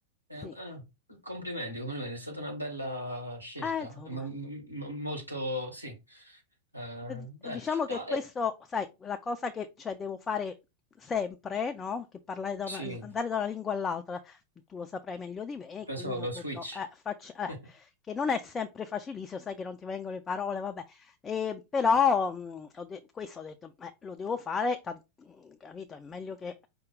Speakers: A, on the right; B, on the left.
A: Eh,
B: sì.
A: ah, complimenti, complimenti, è stata una bella scelta,
B: Eh, insomma.
A: ma- ma- molto sì. Eh,
B: E di
A: beh,
B: e diciamo che
A: no,
B: questo,
A: eh,
B: sai, la cosa che cioè, devo fare sempre, no, che parlare da una
A: sì,
B: s andare da una lingua all'altra, tu lo saprai meglio di me, e
A: penso
B: quindi
A: lo
B: ho detto,
A: switch.
B: eh, facc eh,
A: <laughs>
B: che non è sempre facilissimo, sai che non ti vengono le parole, vabbè, ehm, però, mhmm, ho de questo ho detto: "Beh, lo devo fare, tan mhmm, capito, è meglio che